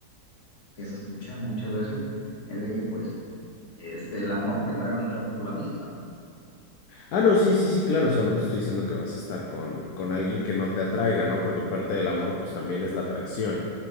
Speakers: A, on the left (about 45°); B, on the left (about 70°).
A: que se escucha muchas veces, es de que pues este, el amor primero entra por la vista.
B: Ah, no, sí, sí, sí, claro, o sea, no te estoy diciendo que vas a estar con, con alguien que no te atraiga, ¿no? Porque parte del amor, pues también es la atracción,